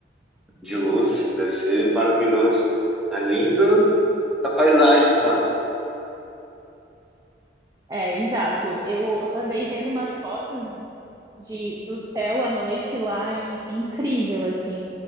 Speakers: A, in the centre; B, on the right (about 20°).
A: De luz, deve ser maravilhoso também. Além do, da paisagem só.
B: É, exato. Eu andei vendo umas fotos de, do céu à noite lá, e- incrível, assim.